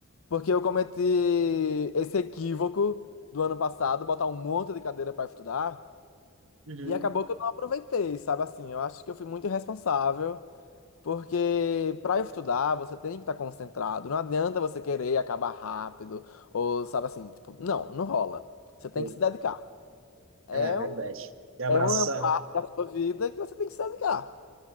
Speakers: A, on the left; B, on the right.
A: porque eu cometi esse equívoco do ano passado, botar um monte de cadeira pra estudar,
B: Uhum,
A: e acabou que eu não aproveitei, sabe assim? Eu acho que eu fui muito irresponsável Porque para estudar, você tem que estar concentrado. Não adianta você querer acabar rápido, ou sabe assim, tipo, não, não rola. Você tem
B: sim.
A: que se dedicar. É,
B: É verdade.
A: um,
B: E abraçar.
A: é uma parte da sua vida que você tem que se dedicar.